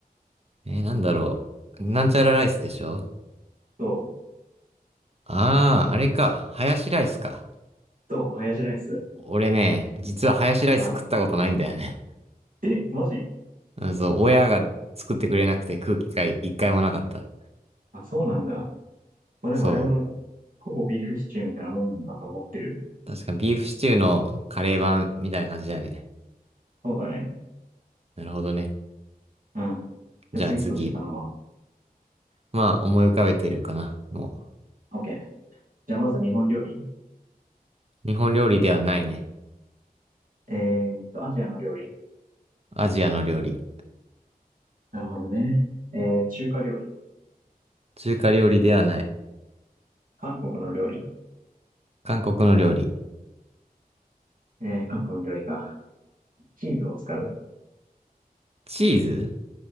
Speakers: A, on the right; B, on the right.
A: えー、なんだろう。なんちゃらライスでしょ
B: そう。
A: ああー、あれか。ハヤシライスか。
B: そう、ハヤシライス。
A: 俺ね、実はハヤシライス食ったことないんだよね。
B: うん。え、マジ
A: うんそう、親が作ってくれなくて食う機会一回もなかった。
B: あ、そうなんだ。まあでもあれは、
A: そ
B: ほぼビーフシチューみたいなもんだと思ってる。
A: う。確かビーフシチューのカレー版みたいな感じだね。
B: そうだね。
A: なるほどね。
B: うん。じゃあ次そっち頼むわ。
A: じゃあ次。まあ、思い浮かべてるかな。も
B: OK。じゃあまず日本料理。
A: う。日本料理ではないね。
B: えーっと、アジアの料理。
A: アジアの料理。
B: なるほどね。えー、中華料理。
A: 中華料理ではない。
B: 韓国の料理。
A: 韓国の料理。
B: えー、韓国の料理か。チーズを使う。
A: チーズ